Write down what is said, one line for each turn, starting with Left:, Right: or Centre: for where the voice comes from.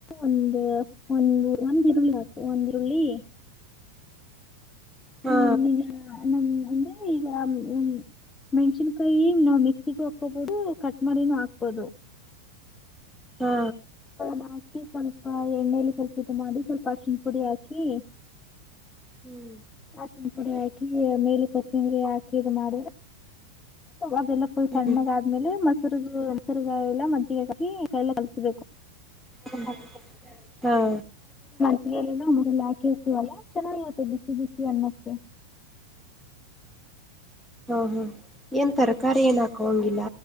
Left: ಒಂದ ಒಂದು ಒಂದ್ ಈರುಳ್ಳಿ ಹಾಕು ಒಂದ್ ಈರುಳ್ಳಿ
Centre: ಹಾ
Left: ಹ್ಮ ನ <unintelligible> ಅಂದ್ರೆ ಈಗ ಹ್ಮ ಮೆಣ್ಸಿನ್ಕಾಯಿ ನಾವ್ ಮಿಕ್ಸಿಗ ಹಾಕೋಬಹದು ಕಟ್ ಮಾಡಿನೂ ಹಾಕ್ಬೋದು
Centre: ಹಾ
Left: ಹಾಕಿ ಸ್ವಲ್ಪ ಎಣ್ಣೆಲಿ ಸ್ವಲ್ಪ ಇದ ಮಾಡಿ ಸ್ವಲ್ಪ ಅರಶಿನ ಪುಡಿ ಹಾಕಿ
Centre: ಹ್ಮ್
Left: ಅರ್ಶಿಣ ಪುಡಿ ಹಾಕಿ ಮೇಲೆ ಕೊತಂಬರಿ ಹಾಕಿ ಇದ ಮಾಡಿದ್ರ ಅದೆಲ್ಲಾ ಫುಲ್
Centre: ಹ್ಮ್
Left: ತಣ್ಣಾಗ ಆದ್ಮೇಲೆ ಮತ್ತೆ ಮರುಗುಸರ್ಗ ಎಲ್ಲ ಮಜ್ಜಿಗೆ ಹಾಕಿ ಕಲ್ಲ ಕಲಿಸಬೇಕು
Centre: ಹ್ಮ
Left: ಎ ಮುಲ್ಲ ಹಾಕಿ ಇರ್ತೀವಲ್ಲಾ ಚೆನ್ನಾಗಿತ ಸಿಿಸಿ ಅನ್ನಕೆ
Centre: ಹಾ ಹಾ ಏನ್ ತರಕಾರಿ ಏನ ಹಾಕೋಂಗಿಲ್ಲ